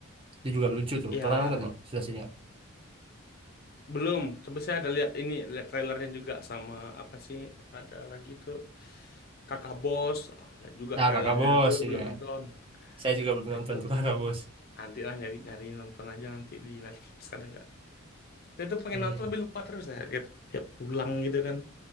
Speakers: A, on the right; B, on the left.
A: itu juga lucu tuh
B: ya
A: pernah nonton bang susah sinyal
B: belum tapi saya ada lihat ini lihat trailernya juga sama apa sih ada lagi tuh kakak bos Oh, lihat juga
A: nah
B: trailernya
A: kakak bos
B: tuh
A: juga
B: belum nonton
A: saya juga belum
B: nah
A: nonton
B: itu
A: tuh <laughs> kakak bos
B: nanti lah nyari nyari nonton aja nanti di Netflix ada nggak Dia tuh pengen
A: iya
B: nonton tapi lupa terus ya. Tiap, tiap pulang gitu kan.